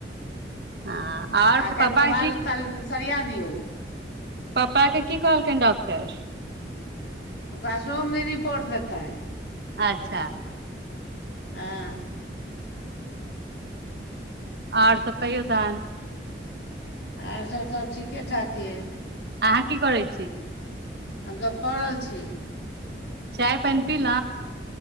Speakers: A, on the right (about 65°); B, on the left (about 75°).
A: हँ आओर
B: एखन
A: पापा
B: बाल साल सरििया। क। <unintelligible>
A: पपा आ के की कहलकेडॉक्टर। <unintelligible>
B: ओकराशोम नहि रिपोर्ट देतेन। <unintelligible>
A: अच्छा। <unintelligible>
B: आ। <unintelligible>
A: आओर सब कहियो तहन। <unintelligible>
B: आर सभ -सभ ठीकेठाक यइ। <unintelligible>
A: अहाँ की करै छी। <unintelligible>
B: आग पड़ल छी।
A: चाय पनपीिल।